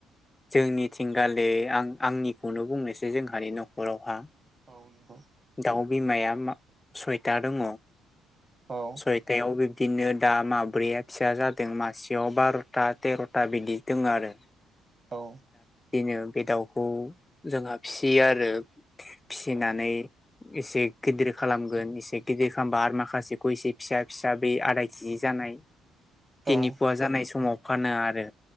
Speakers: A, on the left; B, on the right.
A: जोंनिथिंगालि आं आंनिखौनो बुंनोसै जोंहानि न'खरावहा
B: औ नंगौ।
A: दाव बिमाया सइटा दङ।
B: औ
A: सयतायाव दिनो दा माब्रैआ फिसा जादों मासेयाव बार'था तेर'था बिदि दङ आरो।
B: औ।
A: बेनो बे दाउखौ जोंहा फिसियो आरो। फिसिनानै
B: औ।
A: एसे गिदिर खालामगोन एसे गिदिर खालामबा आरो माखासेखौ इसे फिसा फिसा बे आधा के जि जानाय
B: औ
A: तिनि पुवा जानाय समाव फानो आरो।